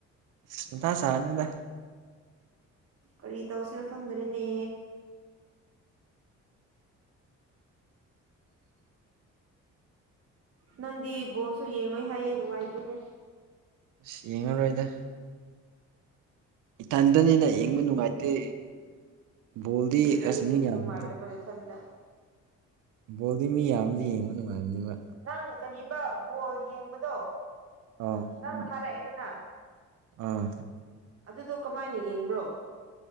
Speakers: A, on the right (about 85°); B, on the right (about 50°).
A: ꯑꯁ ꯃꯊꯥ ꯁꯥꯅꯨꯗ
B: ꯀꯔꯤ ꯇꯧꯁꯤꯔꯥ ꯈꯪꯗꯔꯦꯅꯦ꯫
A: <inaudible>
B: ꯅꯪꯗꯤ ꯕꯣꯜꯁꯨ ꯌꯦꯡꯉꯣꯏ ꯍꯥꯏꯌꯦ ꯅꯨꯡꯉꯥꯏꯇꯦꯅꯦ
A: ꯁ ꯌꯦꯡꯉꯔꯣꯏꯗ ꯏꯊꯟꯗꯅꯤꯅ ꯌꯦꯡꯕ ꯅꯨꯡꯉꯥꯏꯇꯦ ꯕꯣꯜꯗꯤ
B: ꯀꯔꯤꯒꯤ
A: ꯑꯁ ꯃꯤ
B: ꯅꯨꯡꯉꯥꯏꯇꯕ
A: ꯌꯥꯝꯗꯦ
B: ꯅꯊꯟꯇ
A: ꯕꯣꯜꯗꯤ ꯃꯤ ꯌꯥꯝꯗꯤ ꯌꯦꯡꯕ ꯅꯨꯡꯉꯥꯏꯕꯅꯦꯕ
B: ꯅꯪ ꯀꯔꯤꯕ ꯕꯣꯜ ꯌꯦꯡꯕꯗꯣ
A: ꯑꯥ
B: ꯅꯪ ꯑꯥ ꯊꯥꯔꯛꯑꯦꯗꯅ
A: ꯑꯥ
B: ꯑꯗꯨꯗꯣ ꯀꯃꯥꯏꯅ ꯌꯦꯡꯕ꯭ꯔꯣ